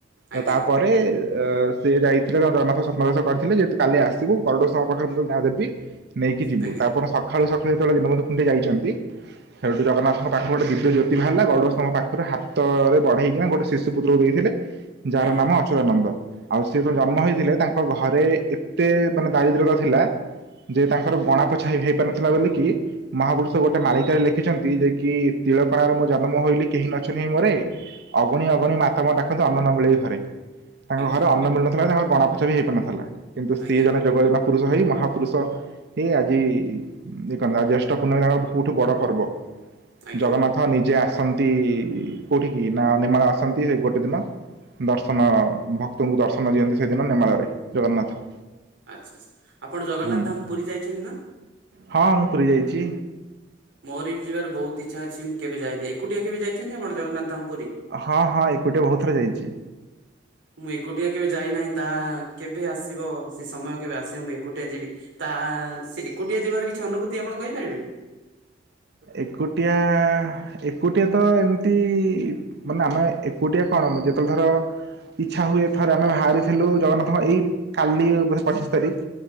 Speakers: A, on the right; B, on the right.
A: ତ
B: ଆଜ୍ଞା
A: ତାପରେ ଅ ସେ ଯାଇଥିଲେ ଜଗନ୍ନାଥ ସ୍ବପ୍ନାଦେଶ କରିଥିଲେ ଯେତୁ କାଲି ଆସିବୁ <unintelligible> ଦେବି। ନେଇକି ଯିବୁ
B: ଆଜ୍ଞା
A: ତାପରେ ସକାଳୁ ସକାଳୁ ଯେତବେଳେ ଦିନବନ୍ଧୁ ଖୁଣ୍ଟିଆ ଯାଇଚନ୍ତି ସେଇଠୁ ଜଗନ୍ନାଥଙ୍କ ପାଖରୁ ଗୋଟେ ଦିବ୍ୟ ଜ୍ୟୋତି ବାହାରିଲା ଗରୁଡ଼ ସ୍ତମ୍ଭ ପାଖରୁ ହାତରେ ବଢେଇକିନା ଗୋଟେ ଶିଶୁପୁତ୍ରକୁ ଦେଇଥିଲେ। ଯାହାର
B: ଆଜ୍ଞା ଆଜ୍ଞା ଆଜ୍ଞା ଆଜ୍ଞା
A: ନାମ ଅଚୁରାନନ୍ଦ ଆଉ ସେ ଯୋଉ ଜନ୍ମ ହେଇଥିଲେ ତାଙ୍କ ଘରେ ଏତେ ମାନେ ଦାରିଦ୍ର୍ୟତା ଥିଲା ଯେ ତାଙ୍କର ଗଣା ପୋଛା ହେଇ ପାରୁନଥିଲା ବୋଲିକି ମହାପୁରୁଷ ଗୋଟେ <unintelligible> ସେ ଲେଖିଛନ୍ତି ଯେ କି ତିଳକଣାରୁ ମୁଁ ଜନ୍ମ ହୋଇଲି କେହି ନ <unintelligible> ମୋରେ ଅଗଣି ଅଗଣି <unintelligible> ଅନ୍ନ ନ ମିଳଇ ଘରେ। ତାଙ୍କ
B: ଆଜ୍ଞା
A: ଘରେ ଅନ୍ନ ମିଳୁନଥିଲା ତାଙ୍କର ଗଣା ଫୋଛା ବି ହେଇପାରୁନଥିଲା କିନ୍ତୁ ସିଏ
B: ଆଜ୍ଞା
A: ଜଣେ <unintelligible> ପୁରୁଷ ହେଇ ମହାପୁରୁଷ ହେଇ ଆଜି <unintelligible> ଜ୍ୟେଷ୍ଟ ପୂର୍ଣ୍ଣିମୀ ତାଙ୍କ ସବୁଠୁ ବଡ଼ ପର୍ବ
B: ଆଚ୍ଛା
A: ଜଗନ୍ନାଥ ହଁ ନିଜେ ଆସନ୍ତି କୋଉଠି କି ନା ନିମାଳ ଆସନ୍ତି ଗୋଟେ ଦିନ। ଦର୍ଶନ ଭକ୍ତଙ୍କୁ ଦର୍ଶନ ଦିଅନ୍ତି ସେଦିନ ନେମାଳରେ ଜଗନ୍ନାଥ।
B: ଆଚ୍ଛା ଆଚ୍ଛା ଆପଣ ଜଗନ୍ନାଥ
A: ହୁଁ
B: ଧାମ୍ ପୁରୀ ଯାଇଛନ୍ତି ନା?
A: ହଁ ମୁଁ ପୁରୀ ଯାଇଛି।
B: ମୋର ବି ଯିବାର ବହୁତ ଇଚ୍ଛା ଅଛି ମୁଁ କେବେ ଯାଇନାହିଁ ଏକୁଟିଆ କେବେ ଯାଇଛନ୍ତି ଆପଣ ଜଗନ୍ନାଥ ଧାମ ପୁରୀ?
A: ହଁ ହଁ ଏକୁଟିଆ ବହୁତ୍ ଥର ଯାଇଛି।
B: ମୁଁ ଏକୁଟିଆ କେବେ ଯାଇନାହିଁ ତା କେବେ ଆସିବ ସେ ସମୟ କେବେ ଆସିବ ମୁଁ ଏକୁଟିଆ ଯିବି। ତା ସେ ଏକୁଟିଆ ଯିବାର କିଛି ଅନୁଭୂତି ଆପଣ କହିପାରିବେ।
A: ଏକୁଟିଆ ଏକୁଟିଆ ତ ଏମିତି ମାନେ ଆମେ ଏକୁଟିଆ କଣ ଯେତେବେଳେ ଧର ଇଚ୍ଛା ହୁଏ ଥରେ ଆମେ ବାହାରିଥିଲୁ ଜଗନ୍ନାଥଙ୍କ ଏଇ କାଲି ମାନେ ପଚିଶି ତାରିଖ୍